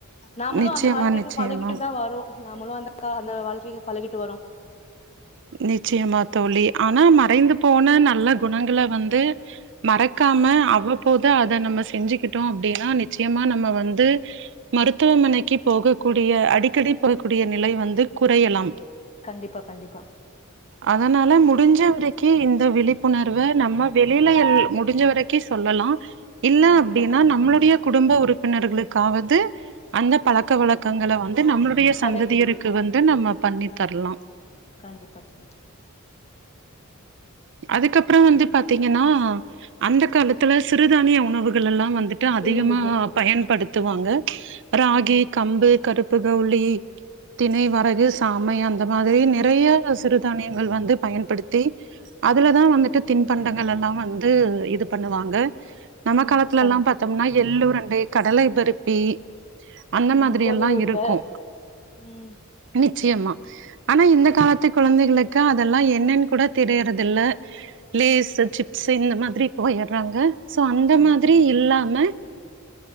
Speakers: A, on the left (about 30°); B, on the right (about 55°).
A: நாமளு
B: நிச்சயமா
A: அந்த வாழ்க்கைக்கு
B: நிச்சயமா
A: பழகிட்டுதா வரோ நாமளும் அந்த கா அந்த வாழ்க்கைக்கு பழகிட்டு வரோ
B: நிச்சயமா தோழி ஆனா மறைந்து போன நல்ல குணங்கள வந்து மறக்காம அவ்வப்போது அத நம்ம செஞ்சுக்கிட்டோ அப்டின்னா நிச்சயமா நம்ம வந் து மருத்துவமனைக்கி போகக்கூடிய அடிக்கடி போக்கூடிய நிலை வந்து குறையலாம்
A: கண்டிப்பா கண்டிப்பா
B: அதனால முடிஞ்ச வரை கி இந் விழிப்புணர்வ நம்ம வெளில முடிஞ்ச வரைக்கி சொல்லலா இல்ல
A: கண்டிப்பா
B: அப்டினா நம்மளுடைய குடும்ப உறுப்பினர்களுக் காவது அந்த பழக்க வழக்கங்கள வந் து நம்மளுடைய சந்ததியருக்கு
A: கடைபிடிக்கல
B: வந்து நம்ம பண்ணித் தரலா
A: கண்டிப்பா தோழி
B: அதுக்கப் றம் வந்து பாத்தீங்கனா அந்த காலத்துல சிறுதானிய உணவு கலெல்லா வந் துண்டு அதிகமா
A: இருந்தது
B: பயன்படுத் த்துவாங்க ராகி
A: ம்
B: கம்பு கருப்பு கவுலி தினை வரகு சாமை அந்த மாதிரி நிறைய சிறுதானியங்கள் வந்து பயன்படுத்தி அதுலதா வந்துட்டு தின்பண்டங்களெல்லா வந்து இது பண்ணுவாங்க நம்ம
A: ம்
B: காலத்துல
A: கண்
B: எல்லாம் பாத்தம்னா எள் ளுருண்டை கடலை பருப்பி அந்த
A: ம்
B: மாதிரி
A: பொறி
B: எல்லா
A: உருண்ட
B: இருக்கு
A: ம்
B: நிச்சயமா ஆனா இந்த காலத்துக் குழந்தைகளுக்கு அதெல்லா என்னன்னு கூட தெரியற தில்ல லேஸ் சிப்ஸ் இந்த மாதிரி போயர் றாங்க சோ அந்த
A: ஆமா
B: மாதிரி இல்லாம